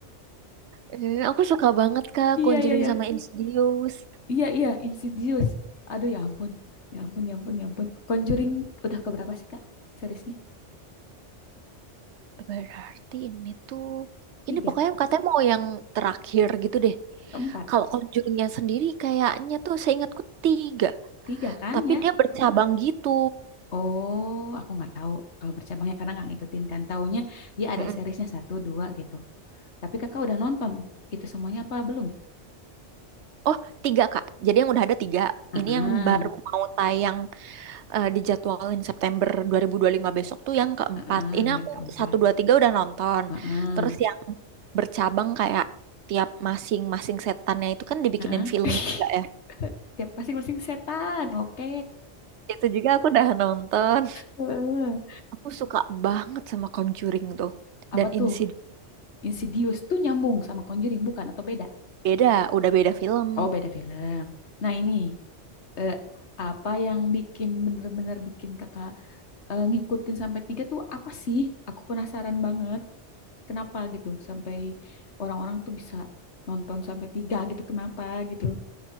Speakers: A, on the right (about 70°); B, on the left (about 65°).
A: Eh, aku suka banget kak
B: iya
A: Conjuring
B: iya iya
A: sama Insidious.
B: Iya, iya, Insidious. Aduh, ya ampun. Ya ampun, ya ampun, ya ampun. Conjuring udah keberapa sih, Kak? Seriesnya?
A: Berarti ini tuh,
B: Tiga.
A: ini pokoknya katanya mau yang terakhir gitu deh.
B: Keempat.
A: Kalau Conjuringnya sendiri kayaknya tuh seingatku tiga,
B: Tiga kan
A: tapi
B: ya?
A: dia bercabang gitu.
B: Oh, aku nggak tahu kalau bercabangnya karena nggak ngikutin kan. Taunya dia ada
A: Mm-mm.
B: seriesnya satu, dua gitu. Tapi kakak udah nonton itu semuanya apa belum?
A: Oh, tiga Kak. Jadi yang udah ada tiga.
B: Ah,
A: Ini yang baru mau tayang eh, dijadwalin September 2025 besok tuh yang keempat.
B: ah,
A: Ini
B: yang
A: aku
B: keempat.
A: satu dua tiga udah nonton.
B: Ah,
A: Terus yang bercabang kayak tiap masing-masing setannya itu kan dibikinin
B: ah,
A: film
B: <laughs>
A: juga ya.
B: Tiap pasing-pasing setan. Oke.
A: Itu juga aku udah nonton.
B: Heeh.
A: Aku suka banget sama Conjuring tuh.
B: Apa
A: Dan
B: tuh?
A: Insidious
B: Insidious tuh nyambung sama Conjuring bukan atau beda?
A: beda, udah beda film.
B: Oh, beda film. Nah, ini eh, apa yang bikin bener-bener bikin kakak eh, ngikutin sampai tiga tuh apa sih? Aku penasaran banget. Kenapa gitu? Sampai orang-orang tuh bisa nonton sampai tiga gitu. Kenapa gitu?